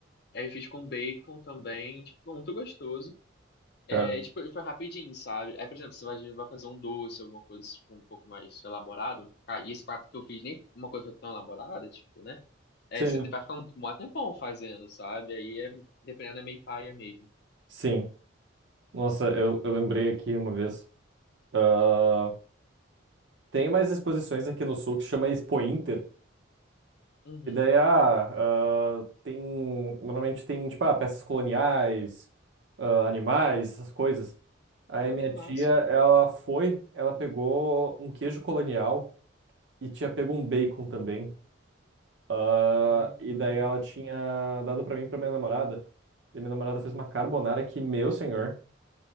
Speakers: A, on the left; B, on the right.
A: Aí eu fiz com bacon também, tipo, ficou muito gostoso. É,
B: cara.
A: tipo, foi rapidinho, sabe? Aí, por exemplo, você vai, vai fazer um doce, alguma coisa tipo, um pouco mais elaborado. Ah, E esse prato que eu fiz nem uma coisa tão elaborada, tipo, né? É,
B: Sim,
A: você vai ficar um, um maior tempão fazendo, sabe? Aí, é, dependendo, é meio paia mesmo.
B: sim. Nossa, eu, eu lembrei aqui uma vez. Ah, tem umas exposições aqui no sul que chama Expo Inter.
A: Uhum.
B: E daí, ah, ah, tem. Normalmente tem, tipo, ah, peças coloniais, ah, animais, essas coisas. Aí
A: Pô,
B: minha
A: que massa.
B: tia, ela foi, ela pegou um queijo colonial e tinha pego um bacon também. Ah,
A: Hum.
B: e daí ela tinha dado pra mim e pra minha namorada. E minha namorada fez uma carbonara que, meu senhor.